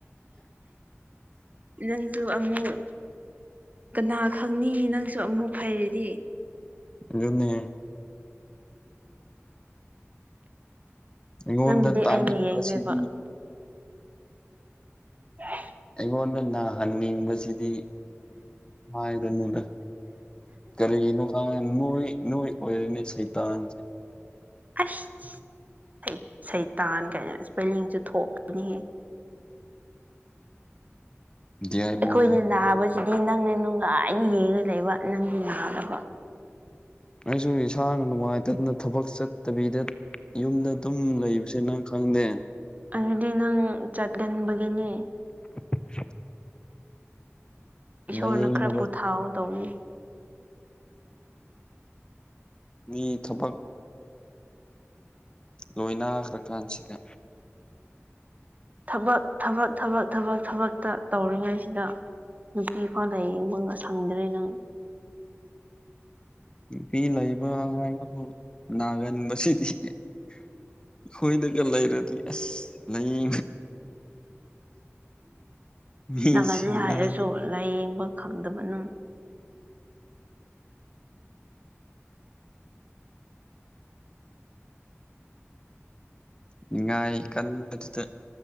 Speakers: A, on the right; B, on the left.
A: ꯅꯪꯖꯨ ꯑꯃꯨꯛ ꯀꯅꯥ ꯈꯪꯅꯤ ꯅꯪꯁꯨ ꯑꯃꯨꯛ ꯐꯩꯔꯗꯤ
B: ꯑꯗꯨꯅꯦ ꯑꯩꯉꯣꯟꯗ
A: ꯅꯪꯕꯨꯗꯤ
B: ꯇꯥꯅꯤꯡꯕꯁꯤꯗꯤ
A: ꯑꯩꯅ ꯌꯦꯡꯗꯣꯏꯕ <unintelligible>
B: ꯑꯩꯉꯣꯟꯗ ꯅꯥꯍꯟꯅꯤꯡꯕꯁꯤꯗꯤ ꯍꯥꯏꯗꯨꯅꯤꯗ ꯀꯔꯤꯒꯤꯅꯣ ꯈꯪꯉꯦ ꯅꯣꯏ ꯅꯣꯏ ꯑꯣꯏꯔꯅꯤ ꯁꯩꯇꯥꯟ
A: ꯑꯁ ꯁꯩꯇꯥꯟ ꯀꯥꯏꯅ ꯁꯄꯦꯂꯤꯡꯁꯨ ꯊꯣꯛꯀꯅꯤ
B: ꯗꯤꯌꯥꯏꯕꯣꯟ
A: ꯑꯩꯈꯣꯏꯅ
B: ꯍꯥꯏ
A: ꯅꯥꯕꯁꯤꯗꯤ ꯅꯪꯅ ꯅꯨꯡꯉꯥꯏꯅ ꯌꯦꯡꯉ ꯂꯩꯕ ꯅꯪꯗꯤ ꯅꯥꯗꯕ
B: ꯑꯩꯁꯨ ꯏꯁꯥꯅ ꯅꯨꯡꯉꯥꯏꯇꯗꯅ ꯊꯕꯛ ꯆꯠꯇꯕꯤꯗ ꯌꯨꯝꯗ ꯑꯗꯨꯝ ꯂꯩꯕꯁꯦ ꯅꯪ ꯈꯪꯗꯦ
A: ꯑꯗꯨꯗꯤ ꯅꯪ ꯆꯠꯒꯟꯕꯒꯤꯅꯦ
B: <unintelligible>
A: ꯏꯁꯣꯔꯅ
B: ꯂꯥꯏꯌꯦꯡꯅꯕ
A: ꯈꯔ ꯄꯣꯊꯥꯎ ꯇꯧꯕꯅꯤ
B: ꯃꯤ ꯊꯕꯛ ꯂꯣꯏꯅꯈ꯭ꯔ ꯀꯥꯟꯁꯤꯗ
A: ꯊꯕꯛ ꯊꯕꯛ ꯊꯕꯛ ꯊꯕꯛ ꯊꯕꯛꯇ ꯇꯧꯔꯤꯉꯩꯁꯤꯗ ꯅꯨꯄꯤꯐꯥꯎ ꯂꯩꯩ ꯌꯦꯡꯕ ꯁꯪꯗ꯭ꯔꯦꯅꯦ
B: ꯅꯨꯄꯤ ꯂꯩꯕ ꯍꯥꯏꯕꯕꯨ ꯅꯥꯒꯟꯕꯁꯤꯗꯤ ꯑꯩꯈꯣꯏ ꯑꯗꯨꯒ ꯂꯩꯔꯗꯤ ꯑꯁ ꯂꯩ ꯃꯤꯁꯤꯅꯅꯤ
A: ꯅꯥꯒꯜꯂꯤ ꯍꯥꯏꯔꯁꯨ ꯂꯥꯏꯌꯦꯡꯕ ꯈꯪꯗꯕ ꯅꯪ
B: ꯅꯤꯉꯥꯏ ꯀꯟꯕꯗꯨꯗ